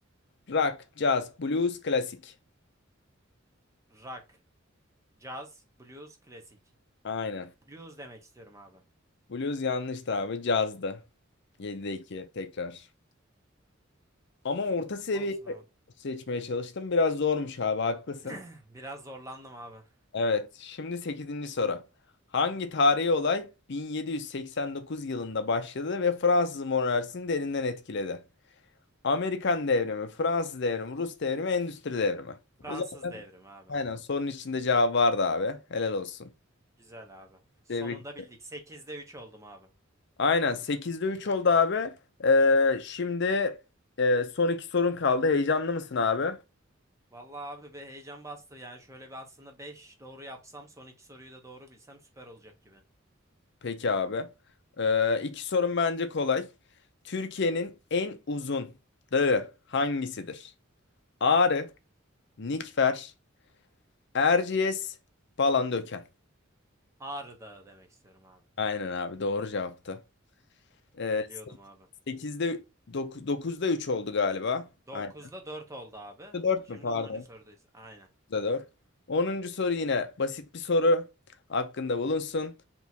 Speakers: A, on the left (about 60°); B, on the right (about 15°).
A: Rock, jazz, blues, klasik.
B: Rock, caz, blues, klasik.
A: Aynen.
B: Blues demek istiyorum abi.
A: Blues yanlıştı abi. Cazdı. 7'de 2 tekrar. Ama orta seviye
B: Olsun abi.
A: seçmeye çalıştım. Biraz zormuş abi haklısın.
B: <clears throat> Biraz zorlandım abi.
A: Evet şimdi sekizinci soru. Hangi tarihi olay 1789 yılında başladı ve Fransız monarşisini derinden etkiledi? Amerikan devrimi, Fransız devrimi, Rus devrimi, Endüstri devrimi.
B: Fransız
A: Bu zaten
B: devrimi abi.
A: aynen sorunun içinde cevap vardı abi. Helal olsun.
B: Güzel abi. Sonunda
A: Tebrik
B: bildik. Sekizde üç oldum abi.
A: Aynen sekizde 3 oldu abi. Ee, şimdi e, son iki sorun kaldı. Heyecanlı mısın abi?
B: Vallahi abi bir heyecan bastı. Yani şöyle bir aslında 5 doğru yapsam son iki soruyu da doğru bilsem süper olacak gibi.
A: Peki abi. Ee, iki sorun bence kolay. Türkiye'nin en uzun dağı hangisidir? Ağrı, Nikfer, Erciyes, Palandöken.
B: Ağrı Dağı demek istiyorum abi.
A: Aynen abi doğru cevaptı. Ee,
B: Bunu biliyordum abi.
A: 8'de dokuzda 3 oldu galiba.
B: Dokuzda
A: Aynen.
B: 4 oldu abi.
A: 4
B: Şimdi
A: mü pardon?
B: onuncu sorudayız. Aynen.
A: dört onuncu soru yine basit bir soru hakkında bulunsun.